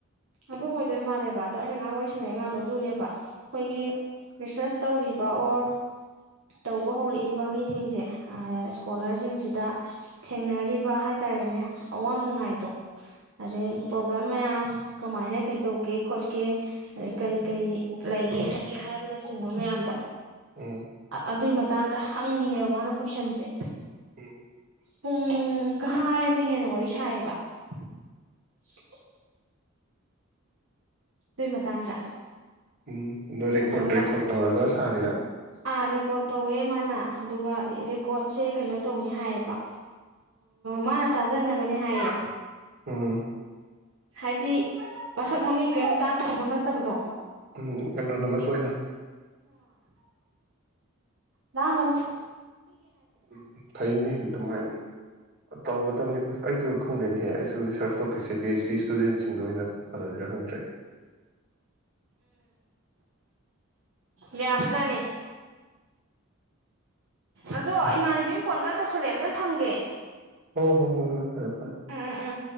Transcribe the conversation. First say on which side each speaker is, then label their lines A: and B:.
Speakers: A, on the right; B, on the right.
A: ꯑꯗꯨ ꯑꯣꯏꯗꯣꯏ ꯃꯥꯜꯂꯦꯕ ꯑꯗꯣ ꯑꯩꯅ ꯑꯉꯥꯡ ꯋꯥꯔꯤꯁꯂꯛꯏ ꯑꯉꯥꯡꯗꯣ ꯑꯗꯨꯅꯦꯕ ꯑꯩꯈꯣꯏꯒꯤ ꯔꯤꯁꯔꯁ ꯇꯧꯔꯤꯕ ꯑꯣꯔ ꯇꯧꯕ ꯍꯧꯔꯛꯏꯕ ꯃꯤꯁꯤꯡꯁꯦ ꯏꯁꯀꯣꯂꯔꯁꯤꯡꯁꯤꯗ ꯊꯦꯡꯅꯔꯤꯕ ꯍꯥꯏ ꯇꯥꯔꯦꯅꯦ ꯑꯋꯥ ꯅꯨꯡꯉꯥꯏꯗꯣ ꯑꯗꯩ ꯄ꯭ꯔꯣꯕ꯭ꯂꯦꯝ ꯃꯌꯥꯝ ꯀꯃꯥꯏꯅ ꯀꯩ ꯇꯧꯒꯦ ꯈꯣꯠꯀꯦ ꯑꯗꯩ ꯀꯔꯤ ꯀꯔꯤ ꯂꯩꯒꯦ ꯈꯣꯠꯀꯦ ꯍꯥꯏꯕꯅꯆꯤꯡꯕ ꯃꯌꯥꯝꯗꯣ
B: ꯎꯝ
A: ꯑꯗꯨꯏ ꯃꯇꯥꯡꯗ ꯍꯪꯉꯤꯅꯦꯕ ꯃꯥꯅ ꯀꯣꯏꯁꯟꯁꯦ
B: ꯎꯝ
A: ꯄꯨꯡ ꯀꯥꯏ ꯑꯃ ꯍꯦꯟꯅ ꯋꯥꯔꯤ ꯁꯥꯏꯌꯦꯕ <unintelligible> ꯑꯗꯨꯏ ꯃꯇꯥꯡꯗ
B: ꯎꯝ ꯑꯗꯣ ꯔꯦꯀꯣꯔꯠ
A: ꯑꯗꯨꯗ ꯃꯣꯏ
B: ꯔꯦꯀꯣꯔꯠ ꯇꯧꯔꯒ ꯁꯥꯔꯤꯔ
A: ꯑꯥ ꯔꯦꯀꯣꯔꯠ ꯇꯧꯋꯦ ꯃꯥꯅ ꯑꯗꯨꯒ ꯔꯦꯀꯣꯔꯠꯁꯦ ꯀꯩꯅꯣ ꯇꯧꯅꯤ ꯍꯥꯏꯌꯦꯕ ꯃꯥꯅ ꯇꯥꯖꯅꯕꯅꯦ ꯍꯥꯏꯌꯦ
B: ꯎꯝ
A: ꯍꯥꯏꯗꯤ ꯃꯁꯛ ꯃꯃꯤꯡ ꯀꯩꯝ ꯇꯥꯛꯀꯗꯕ ꯅꯠꯇꯕꯗꯣ
B: ꯎꯝ ꯀꯩꯅꯣ ꯅꯃꯁ ꯑꯣꯏꯅ
A: ꯂꯒꯅꯣ
B: ꯎꯝ ꯐꯩꯅꯦ ꯑꯗꯨꯃꯥꯏꯅ ꯇꯧꯒꯗꯕꯅꯤ ꯑꯩꯁꯨ ꯈꯪꯗꯦꯅꯦꯍꯦ ꯑꯩꯁꯨ ꯔꯤꯁꯥꯔꯁ ꯇꯣꯄꯤꯛꯁꯦ ꯄꯦꯁꯇ ꯏꯁꯇꯨꯗꯦꯟꯁꯤꯡꯗ ꯑꯣꯏꯅ ꯐꯅꯖꯔ ꯍꯪꯗ꯭ꯔꯦ
A: ꯂꯦꯕꯖꯥꯅꯤ ꯑꯗꯣ
B: ꯄꯤ ꯑꯩꯆ
A: ꯏꯃꯥꯟꯅꯕꯤ
B: ꯗꯤ
A: ꯑꯃ ꯐꯣꯟ ꯀ ꯇꯧꯁꯜꯂꯦ ꯑꯃꯇꯪ ꯊꯝꯒꯦ
B: ꯑꯣ ꯍꯣ ꯍꯣ ꯍꯣꯏ ꯐꯔ ꯍꯣꯏ
A: ꯎꯝ ꯎꯝ ꯎꯝ